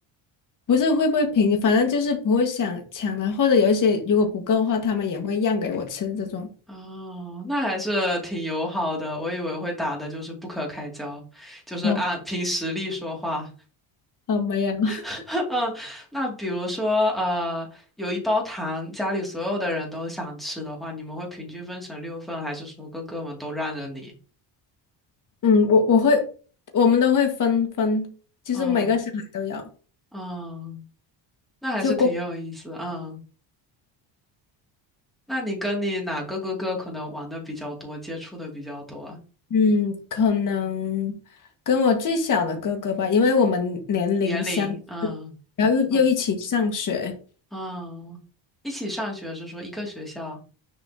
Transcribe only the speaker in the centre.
哦，那还是挺友好的。我以为会打的就是不可开交，就是按凭实力说话。
<laughs> 嗯，那比如说，呃，有一包糖，家里所有的人都想吃的话，你们会平均分成六份，还是说哥哥们都让着你？
嗯嗯，那还是挺有意思的。
嗯，那你跟你哪个哥哥可能玩的比较多，接触的比较多啊？
年龄？嗯
嗯嗯，一起上学是说一个学校？